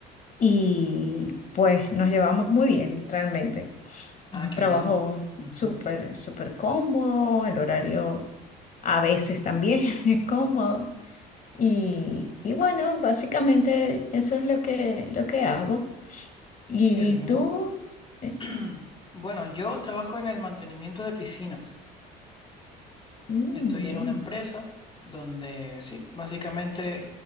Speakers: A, on the left (about 45°); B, on the left (about 25°).
A: y pues nos llevamos muy bien realmente.
B: Ah,
A: Un
B: qué
A: trabajo
B: bien. Ujú,
A: súper, súper cómodo, el horario a veces también <laughs> es cómodo. Y, y bueno, básicamente eso es lo que, lo que hago. ¿Y,
B: Qué
A: y
B: bien.
A: tú? Eh,
B: <clears throat> Bueno, yo trabajo en el mantenimiento de piscinas.
A: mm,
B: Estoy
A: bien.
B: en una empresa donde sí, básicamente